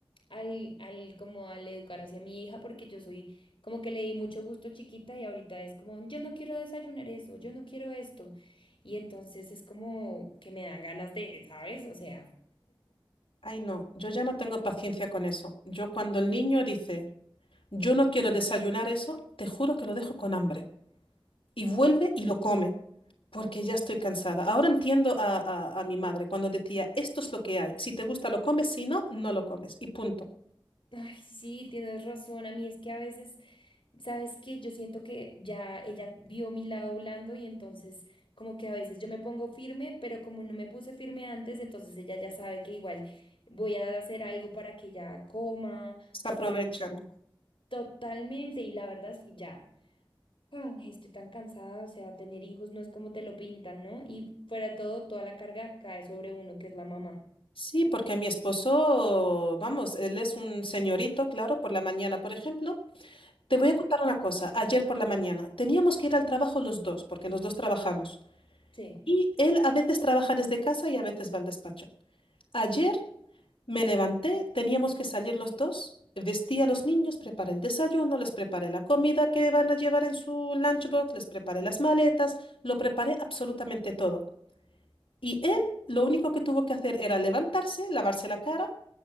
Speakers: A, on the left; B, on the left.
A: al, al, como al educar hacia mi hija, porque yo soy como que le di mucho gusto chiquita y ahorita es como, yo no quiero desayunar eso, yo no quiero esto. Y entonces es como que me dan ganas de, ¿sabes? O sea,
B: Ay, no, yo ya no tengo paciencia con eso. Yo cuando el niño dice, yo no quiero desayunar eso, te juro que lo dejo con hambre. Y vuelve y lo come, porque ya estoy cansada. Ahora entiendo a, a- a mi madre cuando decía, esto es lo que hay. Si te gusta lo comes, si no, no lo comes. Y punto.
A: <laughs> ay, sí, tienes razón, a mí es que a veces, ¿sabes qué? Yo siento que ya ella vio mi lado blando y entonces como que a veces yo me pongo firme, pero como no me puse firme antes, entonces ella ya sabe que igual voy a hacer algo para que ella coma
B: Se
A: o
B: aprovechan.
A: para que ella Totalmente, y la verdad es que ya, ah, estoy tan cansada, o sea, tener hijos no es como te lo pintan, ¿no? Y fuera de todo, toda la carga cae sobre uno, que es la mamá.
B: Sí, porque mi esposo, vamos, él es un señorito, claro, por la mañana, por ejemplo. Te voy a contar una cosa. Ayer por la mañana teníamos que ir al trabajo los dos, porque los dos trabajamos.
A: Sí.
B: Y él a veces trabaja desde casa y a veces va al despacho. Ayer me levanté, teníamos que salir los dos, vestí a los niños, preparé el desayuno, les preparé la comida que van a llevar en su lunchbox, les preparé las maletas, lo preparé absolutamente todo. Y él lo único que tuvo que hacer era levantarse, lavarse la cara,